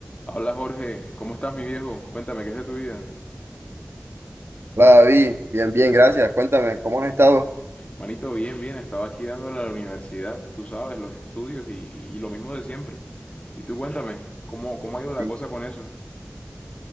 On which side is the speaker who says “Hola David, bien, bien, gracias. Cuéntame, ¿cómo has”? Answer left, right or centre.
Right